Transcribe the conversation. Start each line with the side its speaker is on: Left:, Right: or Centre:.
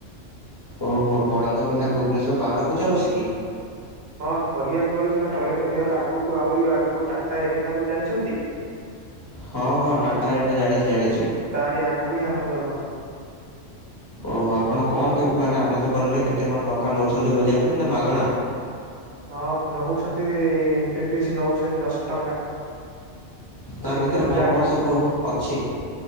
Left: ଓହୋ କଳିଙ୍ଗ ବିହାର ଭୁବନେଶ୍ୱର ବାହାରକୁ ଯାଉଛି କି?
Right: ହଁ କହିବାକୁ ଗଲେ ସେଟା କଳିଙ୍ଗ ବିହାର ଆଗକୁ ଆହୁରି ଆଗକୁ ଟାଟା ଏରିନା ବୋଲି ଜାଣିଛନ୍ତି?
Left: ହଁ ହଁ ଟାଟା ରେଣ୍ଡା ଜାଣିଛି ଜାଣିଛି।
Right: ତାରି ଆଗକୁ ଆନନ୍ଦବନ।
Left: ଓହୋ ଆପଣ କଣ କେ ମାନେ ଆନନ୍ଦ ବନରେ କେତେ କଣ ଟଙ୍କା ନଉଛନ୍ତି ବୁଲିବା ପାଇଁ ନା ମାଗଣା?
Right: ହଁ ନଉଛନ୍ତି ଏଇ ଏଣ୍ଟ୍ରି ଫିସ୍ ନଉଛନ୍ତି ଦଶ ଟଙ୍କା।
Left: ତା
Right: କିନ୍ତୁ
Left: ଭିତରେ କଣ
Right: ଜାଗ
Left: କଣ ସବୁ ଅଛି।